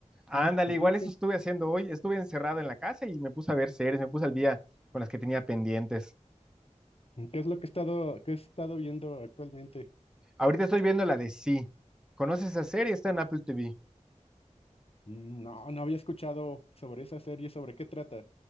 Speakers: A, in the centre; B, on the left.
A: Ándale,
B: ¿Tú- ¿Y
A: igual
B: tú
A: eso
B: qué?
A: estuve haciendo hoy. Estuve encerrado en la casa y me puse a ver series, me puse al día con las que tenía pendientes.
B: ¿Qué es lo que he estado, qué he estado viendo actualmente?
A: Ahorita estoy viendo la de Sí. ¿Conoces esa serie? Está en Apple TV.
B: Mm, No, no había escuchado sobre esa serie, ¿sobre qué trata?